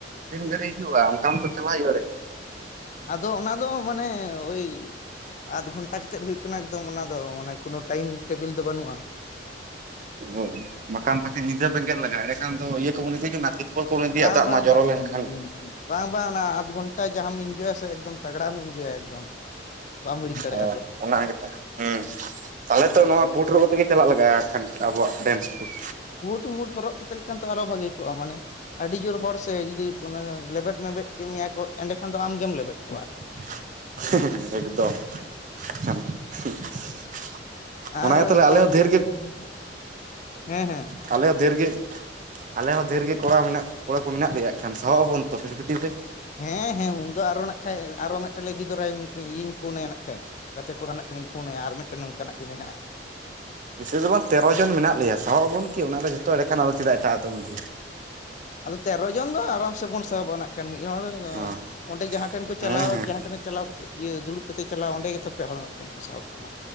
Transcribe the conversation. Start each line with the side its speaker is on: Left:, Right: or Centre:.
Right: ᱛᱤᱱ ᱜᱷᱟᱹᱲᱤᱡ ᱦᱩᱭᱩᱜ-ᱟ ᱚᱝᱠᱟ ᱢᱛᱚ ᱪᱟᱞᱟᱜ ᱦᱩᱭᱩᱜ-ᱟ ᱮᱲᱮ
Left: ᱟᱫᱚ ᱚᱱᱟ ᱫᱚ ᱢᱟᱱᱮ ᱳᱭ ᱟᱫᱷ ᱜᱷᱚᱱᱴᱟ ᱠᱟᱛᱮᱫ ᱦᱩᱭᱩᱜ ᱠᱟᱱᱟ ᱮᱠᱫᱚᱢ ᱚᱱᱟ ᱫᱚ ᱢᱟᱱᱮ ᱠᱳᱱᱳ ᱴᱟᱭᱤᱢ ᱴᱮᱵᱤᱞ ᱫᱚ ᱵᱟᱹᱱᱩᱜ-ᱟ᱾
Right: ᱦᱳᱭ ᱵᱟᱠᱷᱟᱱ ᱯᱟᱪᱮᱫ ᱧᱤᱫᱟᱹ ᱵᱮᱸᱜᱮᱫ ᱞᱟᱜᱟ ᱮᱸᱰᱮᱠᱷᱟᱱ ᱫᱚ ᱤᱭᱟᱹ ᱠᱚᱵᱚᱱ ᱤᱫᱤ ᱡᱚᱱᱟᱜ-ᱟ ᱛᱤᱨ ᱯᱚᱞ ᱠᱚ ᱵᱚᱱ ᱤᱫᱤᱭᱟᱜ
Left: ᱵᱟᱝ
Right: ᱫᱟᱜ
Left: ᱵᱟᱝ
Right: ᱢᱟᱜ ᱡᱚᱨᱚ
Left: ᱵᱟᱝ
Right: ᱞᱮᱱᱠᱷᱟᱱ᱾
Left: ᱵᱟᱝ ᱵᱟᱝ ᱟᱫᱷ ᱜᱷᱚᱱᱴᱟ ᱡᱟᱦᱟᱸᱢ ᱤᱱᱡᱚᱭᱟ ᱥᱮ ᱮᱠᱫᱚᱢ ᱛᱟᱜᱽᱲᱟᱢ ᱤᱱᱡᱚᱭᱟ ᱮᱠᱫᱚᱢ᱾ ᱵᱟᱢ ᱦᱤᱲᱤᱧ ᱫᱟᱲᱮᱭᱟᱜᱼᱟ
Right: ᱚ
Left: ᱟᱫᱚ
Right: ᱚᱱᱟ ᱜᱮᱛᱚ ᱦᱩᱸ᱾ ᱛᱟᱦᱚᱸᱞᱮ
Left: ᱦᱮᱸ
Right: ᱛᱚ ᱱᱚᱣᱟ ᱵᱩᱴ ᱦᱚᱨᱚᱜ ᱠᱟᱛᱮᱜ ᱜᱮ ᱪᱟᱞᱟᱜ ᱞᱟᱜᱟᱜ-ᱟ ᱦᱟᱸᱜ ᱠᱷᱟᱱ ᱟᱵᱚᱣᱟᱜ ᱰᱮᱱᱥ ᱯᱷᱩᱴ
Left: ᱴᱩᱢᱩᱴ ᱦᱚᱨᱚᱜ ᱠᱟᱛᱮ ᱞᱮᱠᱷᱟᱱ ᱛᱚ ᱟᱨ ᱦᱚᱸ ᱵᱷᱟᱜᱮ ᱠᱚᱜ-ᱟ ᱢᱟᱱᱮ ᱟᱹᱰᱤ ᱡᱳᱨ ᱦᱚᱲ ᱥᱮ ᱡᱩᱫᱤ ᱚᱱᱮ ᱞᱮᱵᱮᱫ ᱢᱮᱵᱮᱫ ᱠᱮᱫ ᱢᱮᱭᱟ ᱠᱚ ᱮᱸᱰᱮᱠᱷᱟᱱ ᱫᱚ ᱟᱢᱜᱮᱢ ᱞᱮᱵᱮᱫ ᱠᱚᱣᱟ ᱟᱨ ᱠᱤ᱾
Right: ᱦᱮᱸ-ᱦᱮᱸ -ᱦᱮᱸ ᱮᱠᱫᱚᱢ᱾ ᱚᱱᱟ
Left: ᱟᱨ
Right: ᱜᱮ ᱛᱟᱦᱚᱞᱮ ᱟᱞᱮ ᱦᱚᱸ
Left: <inaudible>
Right: ᱫᱷᱮᱨ ᱜᱮ
Left: ᱦᱮᱸ ᱦᱮᱸ᱾
Right: ᱟᱞᱮ ᱦᱚᱸ ᱰᱷᱮᱨ ᱜᱮ᱾ ᱟᱞᱮ ᱦᱚᱸ ᱰᱷᱮᱨ ᱜᱮ ᱠᱚᱲᱟ ᱢᱮᱱᱟᱜ ᱠᱚᱲᱟ ᱠᱚ ᱢᱮᱱᱟᱜ ᱞᱮᱭᱟ ᱦᱟᱸᱜ ᱠᱷᱟᱱ ᱥᱟᱦᱚᱵ ᱟᱵᱚᱱ ᱛᱚ ᱯᱷᱤᱴᱯᱷᱤᱴᱤ ᱨᱮ᱾
Left: ᱦᱮᱸ ᱦᱮᱸ ᱩᱱᱫᱚ ᱟᱨᱚ ᱱᱟᱜ ᱠᱷᱟᱡ ᱟᱨᱚ ᱢᱮᱫ ᱴᱮᱡ ᱞᱮ ᱤᱫᱤ ᱫᱚᱨᱟᱭᱟ ᱢᱤᱫ ᱴᱤᱝ ᱤᱭᱟᱹᱧ ᱯᱷᱳᱱ ᱟᱭᱟ ᱱᱟᱜ ᱠᱷᱟᱡ᱾ ᱜᱟᱛᱮ ᱠᱚᱲᱟ ᱱᱟᱜ ᱠᱷᱟᱱᱤᱧ ᱯᱷᱳᱱᱟᱭᱟ ᱟᱨ ᱢᱤᱫᱴᱮᱱ ᱱᱚᱝ ᱠᱟᱱᱟᱜ ᱜᱮ ᱢᱮᱱᱟᱜ-ᱟ᱾
Right: ᱵᱤᱥᱤ ᱫᱚ ᱵᱟᱝ ᱛᱮᱨᱚ ᱡᱚᱱ ᱢᱮᱱᱟᱜ ᱞᱮᱭᱟ ᱥᱟᱦᱚᱵ ᱟᱵᱚᱱ ᱠᱤ ᱚᱱᱟ ᱨᱮ ᱡᱚᱛᱚ ᱮᱲᱮᱠᱷᱟᱱ ᱟᱫᱚ ᱪᱮᱫᱟᱜ ᱮᱴᱟᱜ ᱫᱚᱢ ᱤᱫᱤᱭᱟ᱾
Left: ᱟᱫᱚ ᱛᱮᱨᱚ ᱡᱚᱱ ᱫᱚ ᱟᱨᱟᱢ ᱥᱮ ᱵᱚᱱ ᱥᱟᱦᱟᱵ-ᱟ ᱱᱟᱜᱠᱷᱟᱱ ᱢᱤᱫ ᱦᱚᱲ
Right: ᱚ
Left: ᱚᱸᱰᱮ ᱡᱟᱦᱟᱸ ᱴᱷᱮᱱ ᱠᱚ ᱪᱟᱞᱟᱣ
Right: ᱦᱮᱸ ᱦᱮᱸ
Left: ᱡᱟᱦᱟᱸ ᱴᱷᱮᱱᱮ ᱪᱟᱞᱟᱣ ᱠᱟᱛᱮ ᱤᱭᱟᱹ ᱫᱩᱲᱩᱵ ᱠᱟᱛᱮ ᱪᱟᱞᱟᱣ ᱚᱸᱰᱮ ᱜᱮᱛᱚ ᱯᱮ ᱦᱚᱲ ᱢᱤᱫ ᱴᱷᱮᱱ ᱠᱚ ᱥᱟᱦᱚᱵ ᱠᱟᱱᱟ᱾